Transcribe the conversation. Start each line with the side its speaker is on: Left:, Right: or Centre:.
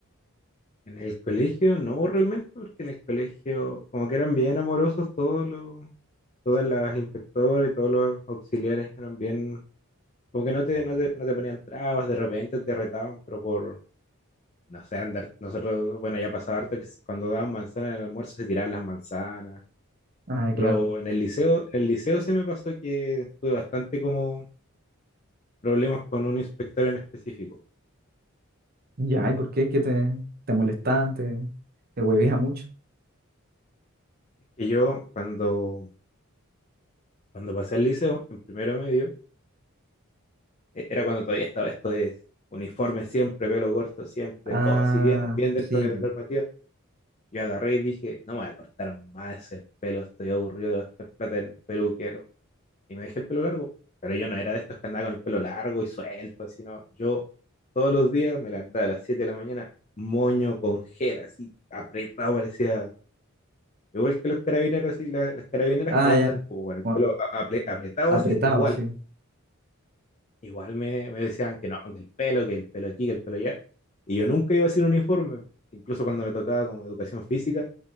Left: En el colegio no realmente, porque en el colegio como que eran bien amorosos todos los todas las inspectoras y todos los auxiliares eran bien, como que no te, no te, no te ponían trabas, de repente te retaban, pero por, no sé, andar, nosotros, bueno, ya pasaba harto que s- cuando daban manzanas en el almuerzo se tiraban las manzanas,
Right: Ah, claro.
Left: pero en el liceo, en el liceo sí me pasó que tuve bastante como problemas con un inspector en específico.
Right: Ya, ¿y por qué? ¿Qué te, te molestaba? ¿Te, te huevía mucho?
Left: Es que yo cuando, cuando pasé al liceo, en primero medio, e- era cuando todavía estaba esto de uniforme siempre, pelo corto siempre,
Right: Ah,
Left: todo así bien, bien dentro
Right: sí.
Left: de la normativa. Yo agarré y dije, no me voy a cortar más el pelo, estoy aburrido de gastar plata en peluquero. Y me dejé el pelo largo. Pero yo no era de estos que andaban con el pelo largo y suelto, sino yo todos los días me levantaba a las 7 de la mañana, moño con gel, así apretado, parecía igual que los carabineros, así, la- las, carabineras
Right: Ah,
Left: como
Right: ya.
Left: andan como con el
Right: Bueno,
Left: pelo a- apre- apretado
Right: apretado,
Left: así, igual.
Right: sí.
Left: Igual me, me decían que no, que el pelo, que el pelo aquí, que el pelo allá. Y yo nunca iba sin uniforme. Incluso cuando me tocaba como educación física,